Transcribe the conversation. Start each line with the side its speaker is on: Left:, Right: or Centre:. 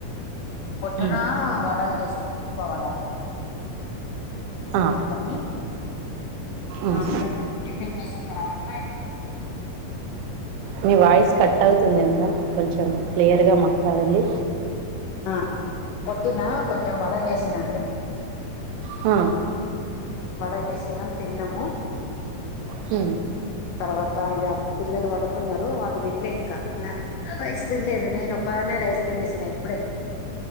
Left: పొద్దునా
Right: ఉమ్
Left: వడలు జేసిన మిరప వడలు రేపు
Right: ఆ
Left: ఎంతనే
Right: ఉమ్
Left: రేపు టిఫిన్ కోసం మా ఇంటికి
Right: మీ వాయిస్ కట్ అవుతుంది మేడం కొంచెం క్లియర్ గా మాట్లాడండి
Left: ఆ పొద్దున్న కొంచెం వడ చేసనండి
Right: ఆ
Left: వడ చేసినం తిన్నాము
Right: ఉ
Left: తర్వాత ఇగా పిల్లలు పడుకున్నారు వాళ్ళు తినలే ఇంకా రైస్ తినలేదు నేను ఒక దనే రైస్ తినేసిన ఇప్పుడే